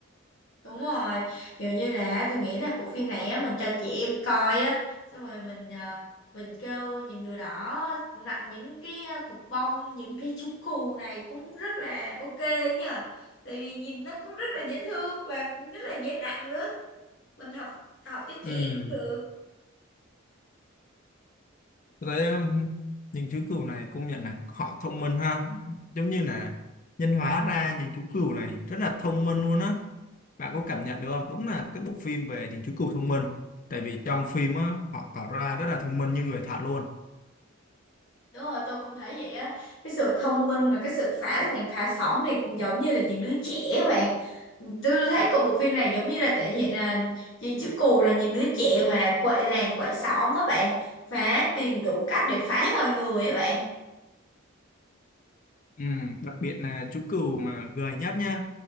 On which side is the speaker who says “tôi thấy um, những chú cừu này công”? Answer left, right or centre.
Left